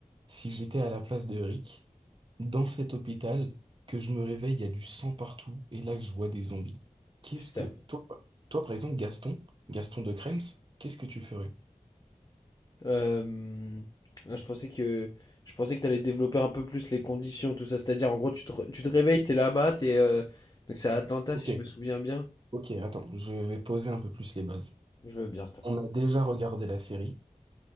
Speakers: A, on the right; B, on the left.
A: si j'étais à la place de Rick dans cet hôpital, que je me réveille, il y a du sang partout et là que je vois des zombies? Qu'est-ce
B: Putain.
A: que... Toi, toi, par exemple, Gaston, Gaston de Krems, qu'est-ce que tu ferais?
B: Euh, là, je pensais que je pensais que t'allais développer un peu plus les conditions, tout ça. C'est-à-dire, en gros, tu te, re- tu te réveilles, t'es là-bas, t'es euh, donc c'est à Atlanta,
A: Ok,
B: si je me souviens bien.
A: Ok, attends, je vais poser un peu plus les bases.
B: Je veux bien, s'il te plaît.
A: On a déjà regardé la série,